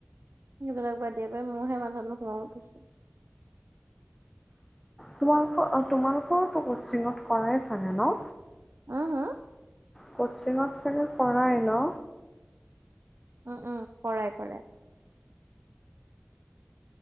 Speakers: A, on the right; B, in the centre.
A: সেইবিলাক বাদ দিয়া ইবাৰ মোৰহে মাথাত নো সোমাব পিছে। <unintelligible>
B: তোমালোকৰ, তোমালোকৰো কোচিঙত কৰাই চাগে ন।
A: অ হা
B: কোচিঙত চাগৈ কৰাই ন
A: উম উম কৰাই কৰাই